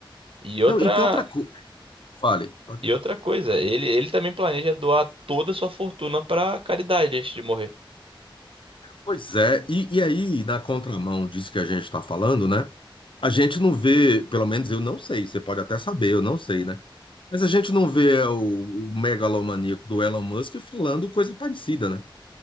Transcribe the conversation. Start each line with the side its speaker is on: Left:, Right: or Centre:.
Right: E outra,
Left: Não, e tem outra coisa. Fale. Pode
Right: e
Left: falar.
Right: outra coisa, ele, ele também planeja doar toda a sua fortuna pra caridade antes de morrer.
Left: Pois é, e, e aí, na contramão disso que a gente está falando, né? A gente não vê, pelo menos eu não sei, você pode até saber, eu não sei, né? Mas a gente não vê o, o megalomaníaco do Elon Musk falando coisa parecida, né?